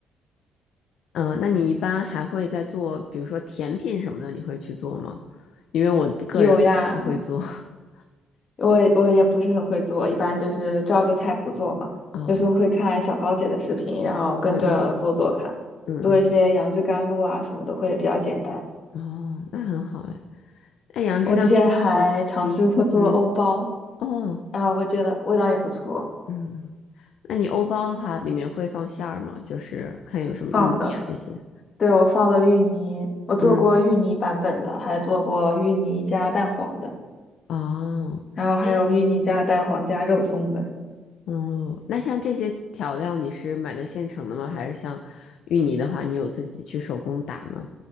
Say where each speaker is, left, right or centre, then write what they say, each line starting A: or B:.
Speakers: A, on the left (about 75°); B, on the left (about 50°).
A: 嗯、那你一般还会再做，比如说甜品什么的，你会去做吗？因为我个人不太会做。
B: 有呀，
A: <laughs>
B: 我也我也不是很会做，一般就是照着菜谱做嘛，
A: 哦，
B: 有时候会看小高姐的视频，然后跟着做做看，
A: 嗯嗯嗯
B: 做一些杨枝甘露啊什么的会比较简单。
A: 嗯，哦，那很好哎。那杨枝甘露是你嗯，
B: 我之前还尝试过做欧包，
A: 哦，
B: 然后我觉得味道也不错，
A: 嗯，那你欧包的话，里面会放馅儿吗？就是看有什么芋泥啊这些。
B: 放的。对，我放了芋泥，我做过芋泥版本的，
A: 嗯，
B: 还做过芋泥加蛋黄的，
A: 哦。
B: 然后还有芋泥加蛋黄加肉松的，
A: 哎。哦，那像这些调料你是买的现成的吗？还是像芋泥的话，你有自己去手工打呢？